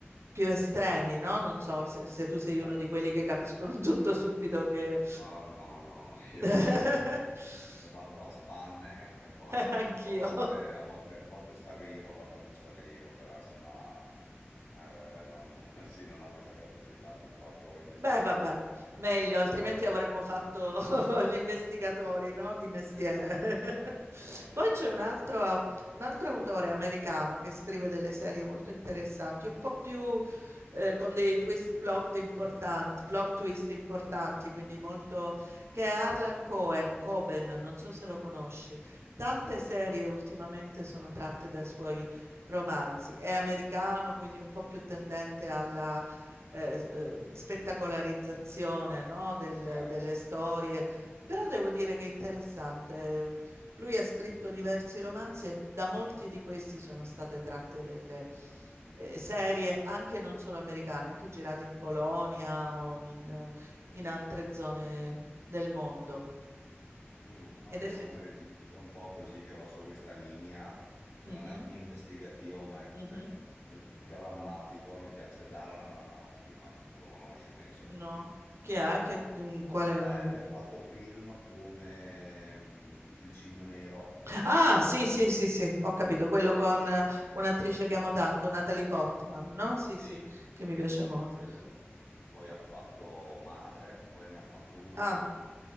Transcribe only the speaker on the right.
più estremi, no? Non so se, se tu sei
uno di quelli che capiscono <laughs> tutto subito che...
<laughs>
Anch'io.
Beh, vabbè,
meglio,
altrimenti avremmo fatto <laughs> gli investigatori,
no? Di mestiere.
<laughs>
Poi c'è
un altro,
un altro
autore americano che scrive delle serie molto interessanti, un po' più eh, con dei twist plot importanti, plot twist importanti, quindi
molto... che è Harlan Cohen, Coben, non so se lo conosci. Tante
serie ultimamente sono tratte dai suoi romanzi. È americano, quindi un po' più tendente alla eh, eh, spettacolarizzazione, no? Del-
delle storie, però devo dire che è interessante. ehm, Lui ha scritto diversi romanzi e da molti di questi sono state tratte delle eh,
serie anche non solo americane, anche girate in Polonia o in, in altre zone del mondo.
Ed
effettivamente...
Mhm,
mhm.
No, chi è? Che, quale...
mm?
Ah, sì, sì, sì, sì, ho capito, quello
con eh, un'attrice che amo tanto, Natalie Portman, no? Sì,
sì,
che mi piace
molto.
Ah,